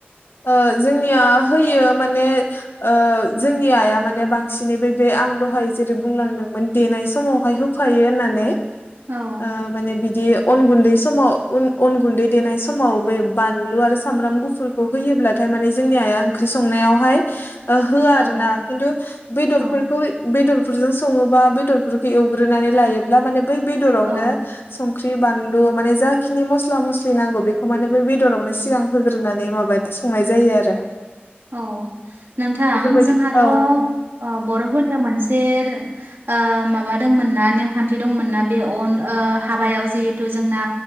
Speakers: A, on the left; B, on the right.
A: ओ जोंनिया होयो माने ओ जोंनि आइया माने बांसिनै बै बे आं दहाय जेरै बुंलांदोंमोन देनाय समावहाय होफायो होननानै
B: औ
A: ओ। माने बिदि अन गुन्दै समाव उन अन गुन्दै देनाय समाव बे बानलु आरो सामब्राम गुफुर। खौ होयोब्लाथाय माने जोंनि आइया ओंख्रि संनायावहाय ओ होआ आरो
B: औ
A: ना खिन्थु बेदरफोरखौ
B: औ
A: बेदरफोरजों सङोबा बेदरफोरखौ एवग्रोनानै लायोब्ला माने बै बेदरावनो
B: औ
A: संख्रि बानलु माने जाखिनि मस्ला मस्लि नांगौ बेखौ माने बे बेदरावनो सिगां होग्रोनानै माब बाद संनाय जायो आरो
B: अ नोंथां
A: बेफोरबायदि
B: जोंहाथ'
A: औ
B: बर'फोरनिया मोनसे। ओ माबा दंमोन ना नेमखान्थि दंमोन ना बे अन ओ हाबायाव जिहेतु जोंना।